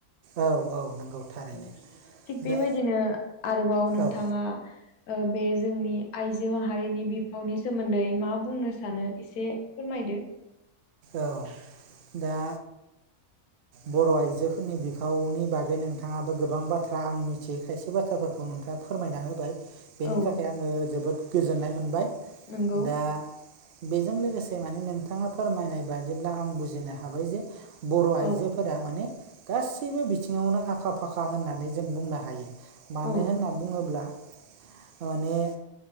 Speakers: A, on the right; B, on the left.
A: औ औ नंगौ थारैनो
B: थिग बेबायदिनो
A: दा
B: आरोबाव नोंथाङा
A: औ
B: ओ बे जोंनि आइजो माहारिनि बिफावनि सोमोन्दै मा बुंनो सानो एसे फोरमायदो।
A: औ दा बर' आइजोफोरनि बिफावनि बागै नोंथाङाबो गोबां बाथ्रा आं मिथियै खायसे बाथ्राफोरखौ नोंथां ङा फोरमायना होबाय। बेनि
B: औ
A: थाखाय आङो जोबोद गोजोननाय मोनबाय
B: नंगौ
A: दा बेजों लोगोसे माने नोंथाङा फोरमायनाय बादिब्ला आं बुजिनो हाबाय जे बर' आइजो
B: औ
A: फोरा माने गासैबो बिथिङावनो आखा फाखा होननानै जों बुंनो हायो। मानो
B: औ
A: होनना बुङोब्ला माने